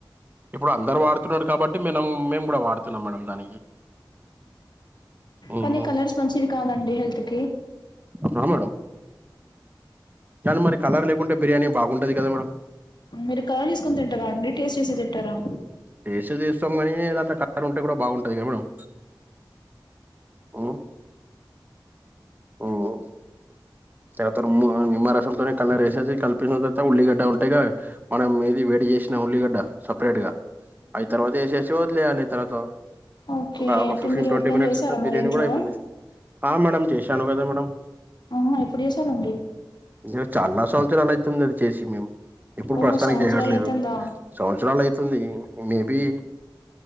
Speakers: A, on the right; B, on the left.
A: ఇప్పుడు అందరు వాడుతున్నారు కాబట్టి మేడం మేము కూడా వాడుతున్నాం మేడం దానికి. ఓహో
B: కానీ కలర్స్ మంచివి కాదండి హెల్త్ కి
A: ఉనా మేడం కానీ మరి కలర్ లేకుంటే బిర్యానీ బాగుండదు కదా మేడం
B: మీరు కలర్ చూస్కోని తింటారా అండి టేస్ట్ చూసి తింటారా.
A: టేస్టే తీస్తాం కానీ ఇదంతా కలర్ ఉంటే కూడా బాగుంటది కదా మేడం. ఉ ఓఓ తర్వత మ్మ నిమ్మరసంతోనే కలరేసేసి కలిపిన తర్వాత ఉల్లిగడ్డ ఉంటయ్ గద మనం ఏది వేడి చేసినా ఉల్లిగడ్డ సపరేట్ గా అవి తర్వాత ఏసేసి వదిలేయాలె తర్వాత
B: ఓకే
A: ఒక ఒక
B: అయితే
A: ఫిఫ్టీన్
B: మీరు
A: ట్వంటీ
B: ఎప్పుడైనా
A: మినిట్స్
B: చేసారా
A: తర్ బిర్యానీ
B: మరి ఇంట్లో
A: కూడా అయిపోతది. ఆ మేడమ్ చేశాను గదా మేడమ్
B: హ్ ఎప్పుడు చేసారండి
A: జ చాలా సంవత్సరాలయితుంది అది చేసి మేము ఇప్పుడు
B: ఓహో
A: ప్రస్తుతానికి
B: సంవత్సరాలు
A: చేయట్లేదు
B: అయితుందా
A: సంవత్సరాలయితుంది మే బి